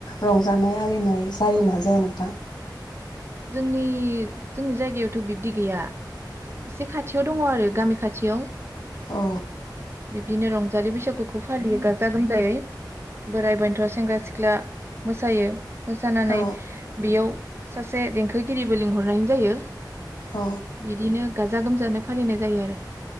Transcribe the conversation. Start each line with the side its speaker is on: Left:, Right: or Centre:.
Left: रंजानाय आरिनाय। जायोना
Right: औ
Left: जाया नोंथां।
Right: जोंनि जोंनि जायगायावथ' बिब्दि गैया एसे खाथियाव दङ आरो गामि खाथियाव ।
Left: औ।
Right: बिब्दिनो रंजालि बैसागुखौ फालियो गाजा गोमजायै बोराइ बेन्थ' सेंग्रा सिख्ला मोसायो। मोसानानै
Left: औ
Right: बेयाव सासे देंखोगिरिबो लिंहरनाय जायो
Left: औ।
Right: बिदिनो गाजा गोमजानो फालिनाय जायो आरो।